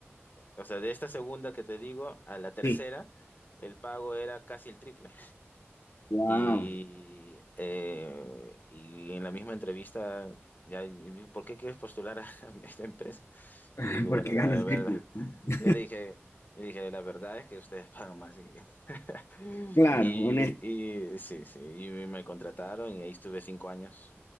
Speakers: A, on the left; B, on the left.
A: o sea, de esta segunda que te digo a la tercera,
B: Sí.
A: el pago era casi el triple.
B: Wow.
A: Y, eh, y en la misma entrevista, ya, y me dijo, ¿por qué quieres postular a <laughs> esta empresa?
B: <laughs>
A: Y dije, bueno,
B: Porque
A: la
B: gano el
A: verdad,
B: triple.
A: <laughs>
B: ¿no?
A: yo le dije, le dije, la verdad es que ustedes <laughs> pagan más. Y, <laughs>
B: Claro,
A: y,
B: honesto.
A: y sí, sí, y me contrataron y ahí estuve cinco años.